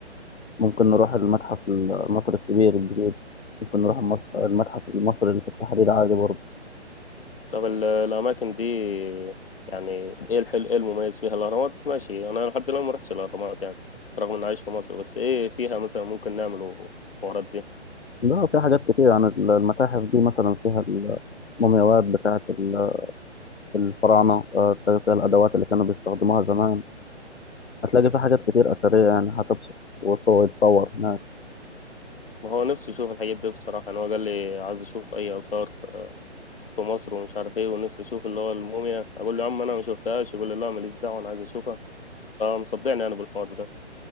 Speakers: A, on the left (about 70°); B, on the left (about 55°).
A: ممكن نروح المتحف المصري الكبير الجديد ممكن نروح المص- المتحف المصري اللي في التحرير عادي برضه
B: طب ال- الاماكن دي يعني ايه الحلو ايه المميز فيها الاهرامات ماشي انا لحد الان ما رحتش الاهرامات يعني رغم اني عايش في مصر بس ايه فيها مثلا ممكن نعمله الحوارات دي
A: لا في حاجات كتير عن المتاحف دي مثلا فيها المومياوات بتاعة ال- الفراعنة آه، تلاقي فيها الأدوات اللي كانوا بيستخدموها زمان هتلاقي في حاجات كتير أثرية يعني هتبسط وصور يتصور هناك
B: ما هو نفسي يشوف الحاجات دي بصراحه يعني هو قال لي عايز يشوف اي اثار في مصر ومش عارف ايه ونفسي اشوف اللي هو الموميا اقول له يا عم انا ما شفتهاش يقول لي لا ماليش دعوه انا عايز اشوفها فمصدعني انا بالحوار ده